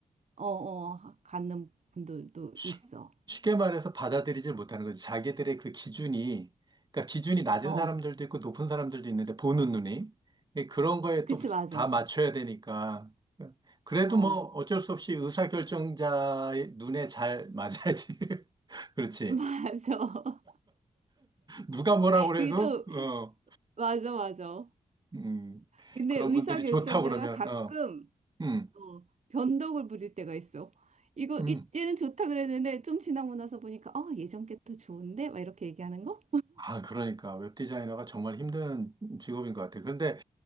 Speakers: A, on the right; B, on the right.
A: 어, 어, 갖는 분들도
B: 쉽-
A: 있어.
B: 쉽게 말해서 받아들이질 못하는 거지. 자기들의 그 기준이, 그러니까 기준이 낮은
A: 어,
B: 사람들도 있고 높은 사람들도 있는데 보는 눈이 예, 그런 거에
A: 그치,
B: 또
A: 맞아.
B: 다 맞춰야 되니까. 그래도
A: 어,
B: 뭐 어쩔 수 없이 의사결정자의 눈에 잘 맞아야지. <laughs> 그렇지.
A: <laughs> 맞아.
B: 누가 뭐라고 그래서,
A: 그게 또,
B: 어,
A: 맞아, 맞아.
B: 음,
A: 근데
B: 그런
A: 의사결정자가
B: 분들이 좋다고 그러면,
A: 가끔
B: 어, 음,
A: 어, 변덕을 부릴 때가 있어. 이거
B: 음.
A: 이때는 좋다 그랬는데 좀 지나고 나서 보니까 어, 예전 게 더 좋은데? 막 이렇게 얘기하는 거?
B: 아, 그러니까 웹 디자이너가 정말 힘든 직업인 것 같아요. 그런데